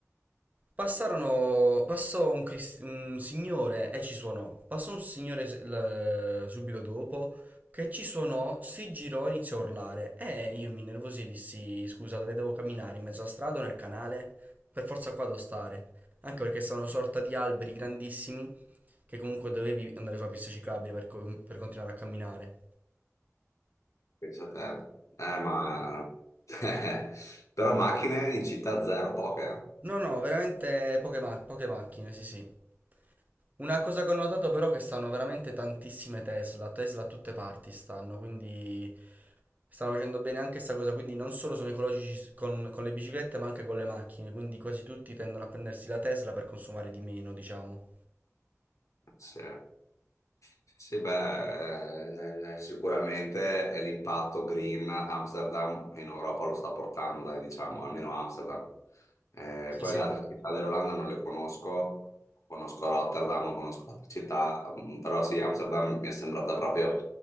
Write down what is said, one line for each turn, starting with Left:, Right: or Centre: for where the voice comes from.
Right: Passarono, passò un, cris- un signore e ci suonò. Passò un signore s- l- subito dopo che ci suonò, si girò e iniziò a urlare. E io mi innervosì e dissi: Scusa, dove devo camminare? In mezzo alla strada o nel canale? Per forza qua devo stare. Anche perché sono una sorta di alberi grandissimi che comunque dovevi andare sulla pista ciclabile per, co- per continuare a camminare.
Left: Pensa <laughs> a te. Eh, ma... <laughs> Però macchine in città zero, poche. eh.
Right: No, no, veramente poche, ma- poche macchine, sì, sì. Una cosa che ho notato però è che stanno veramente tantissime Tesla, Tesla a tutte parti stanno, quindi stanno facendo bene anche questa cosa, quindi non solo sono ecologici con, con le biciclette ma anche con le macchine, quindi quasi tutti tendono a prendersi la Tesla per consumare di meno, diciamo.
Left: Sì. Sì, sì, beh, eh, eh, sicuramente è l'impatto green Amsterdam in Europa lo sta portando, dai, diciamo, almeno Amsterdam. Eh,
Right: Sì,
Left: poi
Right: sì.
Left: le altre città dell'Olanda non le conosco, conosco Rotterdam, non conosco altre città, mm, però sì, Amsterdam mi è sembrata proprio